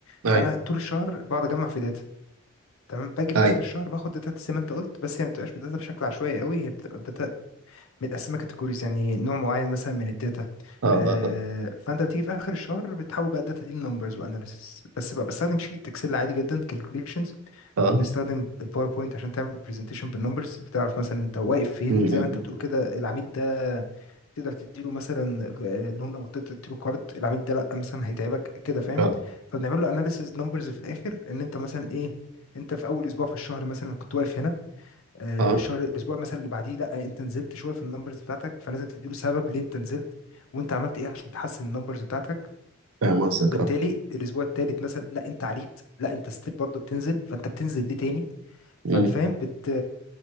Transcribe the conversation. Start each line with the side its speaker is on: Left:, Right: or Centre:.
Right: ايوه
Left: فانا طول الشهر بقعد اجمع في داتا تمام باجي في
Right: ايوه
Left: اخر الشهر باخد داتا زي ما انت قلت بس هي ما بتبقاش داتا بشكل عشوائي قوي هي بتبقى متقسمه كاتيجوريز يعني نوع معين مثلا من الداتا
Right: اه
Left: آه،
Right: اه
Left: فانت بتيجي في اخر الشهر بتحول بقى الداتا دي لنمبرز واناليسيس بس بقى بستخدم شيت اكسل عادي جدا كالكوليشنز
Right: اه
Left: وبنستخدم الباوربوينت عشان تعمل برزنتيشن بالنمبرز بتعرف مثلا انت واقف فين
Right: مم.
Left: زي ما انت بتقول كده العميل ده تقدر تديله مثلا آه، لون او تقدر تديله كارد العميل ده لا مثلا هيتعبك كده فاهم
Right: اه
Left: فبنعمل له اناليسيس نمبرز في الاخر ان انت مثلا ايه انت في اول اسبوع في الشهر مثلا كنت واقف هنا آه،
Right: اه
Left: الشهر الاسبوع مثلا اللي بعديه لا انت نزلت شويه في النمبرز بتاعتك فلازم تديله سبب ليه انت نزلت وانت عملت ايه عشان تحسن النمبرز بتاعتك
Right: فاهم قصدك
Left: وبالتالي
Right: اه
Left: الاسبوع الثالث مثلا لا انت عليت لا انت ستيل برضه بتنزل فانت بتنزل ليه تاني
Right: مم.
Left: ففاهم بت